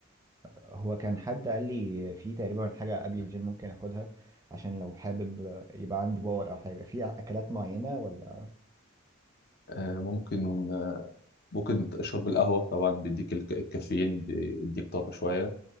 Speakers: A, on the right; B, on the left.
A: هو كان حد قال لي في تقريبا حاجة قبل الجيم ممكن اخدها عشان لو حابب آه، يبقى عندي باور او حاجة في اكلات معينة ولا
B: آه، ممكن آه، ممكن شرب القهوه طبعا بيديك الك- الكافيين بيديك طاقه شويه